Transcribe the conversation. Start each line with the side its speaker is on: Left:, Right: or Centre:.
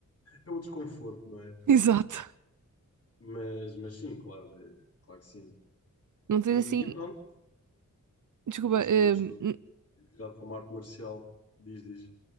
Left: é outro conforto, não é?
Right: Exato.
Left: Mas, mas sim, claro, é- claro que sim.
Right: Não tens
Left: E,
Right: assim.
Left: e pronto.
Right: Desculpa.
Left: E neste
Right: hum,
Left: momento estou
Right: n-
Left: virado para uma arte marcial. Diz, diz.